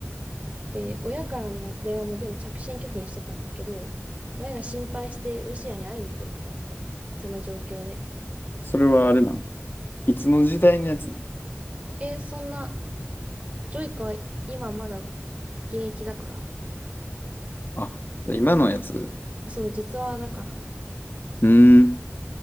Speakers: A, on the right; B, on the left.
A: で、親からの電話も全部着信拒否にしてたんだけど、親が心配してロシアに会いに来るのね。その状況で。
B: それはあれなん。いつの時代のやつなん
A: え、そんな、ジョイカは今まだ現役だから。
B: あ、じゃあ今のやつう
A: あそう、実話だから。
B: ーん、